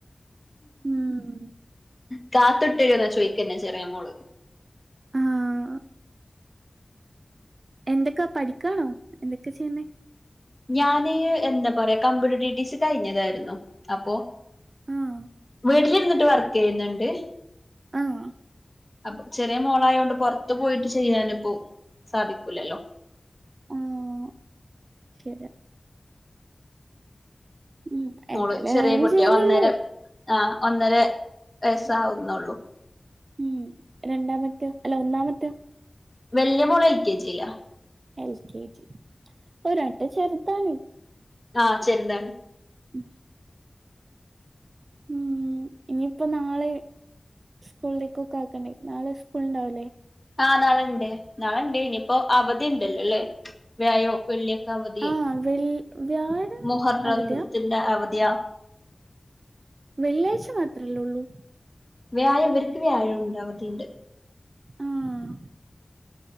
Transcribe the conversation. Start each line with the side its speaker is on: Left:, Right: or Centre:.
Right: ഉം
Left: ഉ കാത്തിട്ടിഴുന്ന ചോയ്ക്ക്ന്നെ ചെറിയ മോള്
Right: ആഹ് എന്തൊക്കാ പഠിക്കാണോ എന്തൊക്കെ ചെയ്യുന്നേ
Left: ഞാന് എന്താ പറയാ കമ്പ്യൂട്ടർ ഡിറ്റിസിി കഴിഞ്ഞതായിരുന്നു അപ്പൊ
Right: ആഹ്
Left: വീട്ടിലി ഇന്ന് വർക്ക് ചെയ്യുന്നുണ്ട്
Right: ആഹ
Left: അപ്പൊ ചെറിയ മോളായോണ്ട് പുറത്തു പോയിട്ട് ചെയ്യാനിപ്പോ സാധിക്കൂലല്ലോ
Right: ആഹ് ശരി ഉം
Left: മോള്
Right: എന്തായാലും
Left: ചെറിയ
Right: ഏൺ
Left: കുട്ടിയ
Right: ചെയ്യുന്നില്ലേ
Left: ഒന്നേര ആഹ ഒന്നര വയസ്സ ആാവുന്നുള്ളൂ
Right: ഉം രണ്ടാമത്തെ അല്ല ഒന്നാമത്തെ പത്ത
Left: വെല്ലയ മോള് എൽ കെ ജില്ല
Right: എൽ കെ ജി ഒരു- എടെ ചെറുത്താണ്
Left: ആഹ ചെറിതാണ്
Right: ഉ ഉം ഇനിയിപ്പോ നാളെ സ്കൂളിലേക്ക്ക്കെ ആക്കണ്ടേ നാളെ സ്കൂള ഉണ്ടാവല്ലേ
Left: ആഹ് നാളുണ്ട് നാളുണ്ട് ഇനിയിപ്പോൊ അവധി ഉണ്ടല്ലോല്ലേ വ്യാഴോ, വെള്ളി അവധിയാ
Right: ആഹ് വെള്ളി വ്യാഴം
Left: മുഹരത്തിന്റി
Right: അവധിയാ
Left: അവധിയ
Right: വെള്ളിയാഴ്ച മാത്രമല്ലേള്ളൂ
Left: വ്യാഴം ഇവർക്ക് വ്യാഴം ഉണ്ട്, അവധിയുണ്ട്.
Right: ആഹ